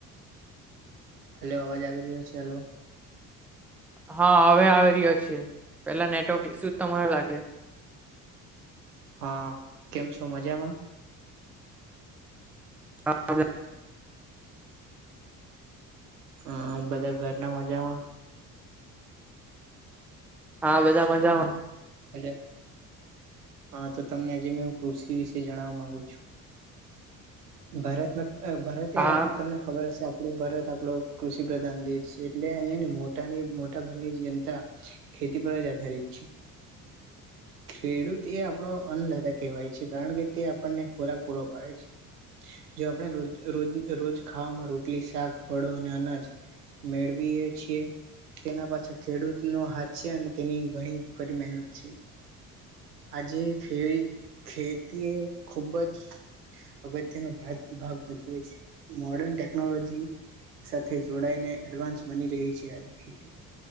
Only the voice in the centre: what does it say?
હા હવે આવી રહ્યો છે પેલા નેટવર્ક શું તને લાગે.
હા.
હા બધા મજામાં.
હા